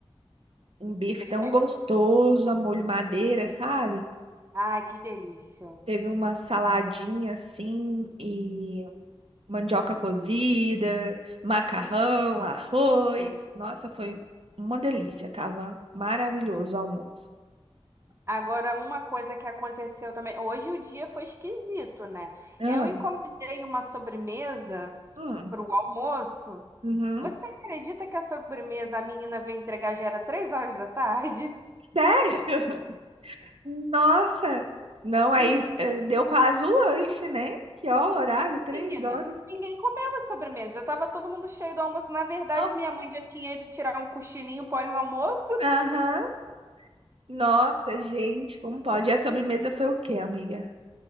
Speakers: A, on the right; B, on the right.
A: um bife
B: O que que ele
A: tão
B: fez?
A: gostoso, a molho madeira, sabe?
B: Ai, que delícia.
A: Teve uma saladinha assim e mandioca cozida, macarrão,
B: Hum.
A: arroz. Nossa, foi uma delícia. Tava maravilhoso o almoço.
B: Agora, uma coisa que aconteceu também. Hoje o dia foi esquisito, né?
A: Ah,
B: Eu encomendei uma sobremesa
A: hum,
B: para o almoço.
A: uhum.
B: Você acredita que a sobremesa a menina veio entregar já era três horas da tarde?
A: Sério? <laughs> Nossa! Não, aí
B: <laughs>
A: eh, deu quase o lanche, né? Que ó, horário, três
B: Menina,
A: horas.
B: ninguém comeu a sobremesa. Já tava todo mundo cheio do almoço. Na verdade,
A: Não.
B: minha mãe já tinha ido tirar um cochilinho pós-almoço.
A: Aham. Nossa, gente, como pode? E a sobremesa foi o quê, amiga?